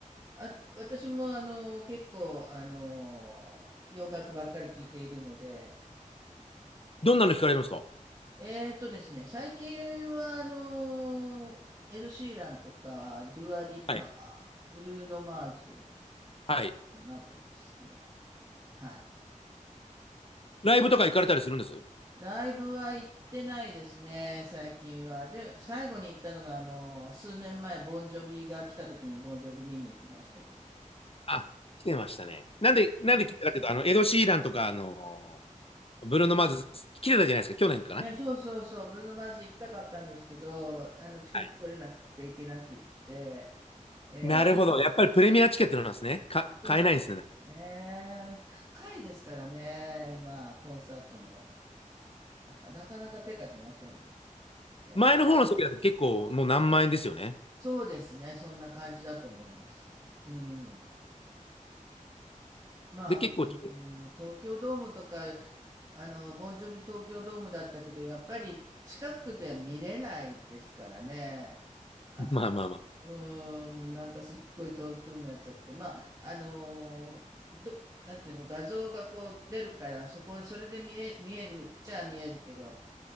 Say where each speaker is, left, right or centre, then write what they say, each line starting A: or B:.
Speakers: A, on the right (about 25°); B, on the left (about 45°).
A: あ、私もあの、結構あの、洋楽ばっかり聴いているので、
B: どんなの聞かれるんですか
A: えーとですね、最近はあの、エド・シーランとか、デュア・リッパ、
B: はい。
A: ーブルーノ・マーズ
B: はい。
A: などですね。はい。
B: ライブとか行かれたりするんです
A: ライブは行ってないですね、最近は。で、最後に行ったのがあの、数年前、ボンジョビが来た時にボンジョビ見に行きましたけど。
B: あ来てましたね。なんで、なんで聞いたかっていうと、あの、エド・シーランとか、あのーブルーノ・マーズ、来てたじゃないですか、去年かな。
A: え、そうそうそう、ブルーノ・マーズ行きたかったんですけど、あの、チケット取れなくて行けなくって、
B: はい
A: ええ、
B: なるほど。やっぱりプレミアチケットなんですね。か、
A: そうね、
B: 買えないんですね。
A: 高いですからね、今、コンサートも。なんかなかなか手が出ませんね。ええ、
B: 前の方の席だと結構もう何万円ですよね。
A: そうですね、そんな感じだと思います。うん。まあ、
B: で、
A: うん、
B: 結構、<laughs>
A: 東京ドームとか、あの、ボンジョビ東京ドームだったけど、やっぱり近くで見れないですからね。あの、
B: まあまあま
A: うーん、なんかすっごい遠くになっちゃって、まあ、あのーど、なんていうの、画像がこう出るから、そこ、それで見え、見えるっちゃ見えるけど、